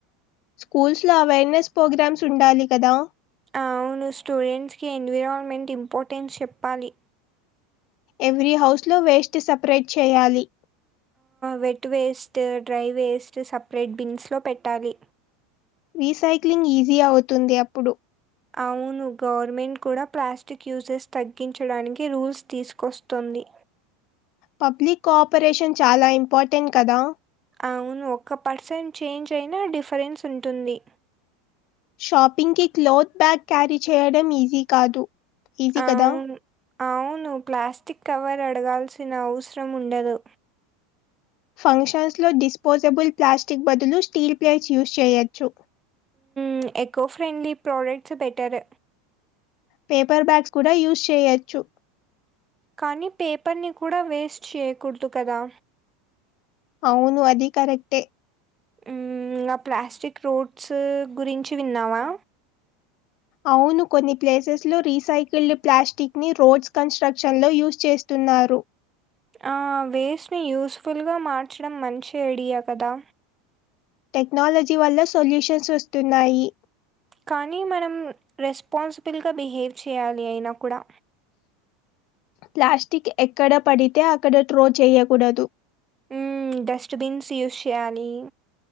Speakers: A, on the left; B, on the right.
A: స్కూల్స్ లో అవేర్నెస్ ప్రోగ్రామ్స్ ఉండాలి కదా
B: అవును స్టూడెంట్స్ కి ఎన్విరాల్మెంట్ ఇంపార్టెన్స్ చెప్పాలి
A: ఎవ్రీ హౌస్ లో వేస్ట్ సపరేట్ చేయాలి
B: wet waste dry waste separate బిన్స్లో పెట్టాలి
A: రీసైక్లింగ్ ఈజీ అవుతుంది అప్పుడు
B: అవును గవర్నమెంట్ కూడా ప్లాస్టిక్ యూజెస్ తగ్గించడానికి రూల్స్ తీసుకొస్తుంది
A: పబ్లిక్ కోఆపరేషన్ చాలా ఇంపార్టెంట్ కదా
B: అవును ఒక్క పర్సెంట్ చేంజ్ అయినా డిఫరెన్స్ ఉంటుంది
A: షాపింగ్కి క్లోత్ బ్యాగ్ క్యారీ చేయడం ఈజీ కాదు ఈజీ
B: అవును
A: కదా
B: అవును ప్లాస్టిక్ కవర్ అడగాల్సిన అవసరం ఉండదు
A: ఫంక్షన్స్లో డిస్పోజబుల్ ప్లాస్టిక్ బదులు స్టీల్ ప్లేట్స్ యూస్చేయొచ్చు
B: మ్ eco friendly products better
A: paper bags కూడా యూజ్ చేయొచ్చు
B: కానీ పేపర్ని కూడా వేస్ట్ చేయకూడదు కదా
A: అవును అది కరెక్టే
B: మ్ ఆ ప్లాస్టిక్ రోడ్స్ గురించి విన్నావా
A: అవును కొన్ని ప్లేసెస్లో రీసైకిల్డ్ ప్లాస్టిక్ని రోడ్స్ కన్స్ట్రక్షన్లో యూస్చేస్తున్నారు
B: ఆ వేస్ట్ని యూస్ ఫుల్ గా మార్చడం మంచి ఐడియా కదా
A: టెక్నాలజీ వల్ల సొల్యూషన్స్ వస్తున్నాయి
B: కానీ మనం రెస్పాన్సిబుల్గా బిహేవ్ చేయాలి అయినా కూడా
A: ప్లాస్టిక్ ఎక్కడ పడితే అక్కడ ట్రో చేయకూడదు
B: హు డస్ట్బిన్స్ యూస్ చేయాలి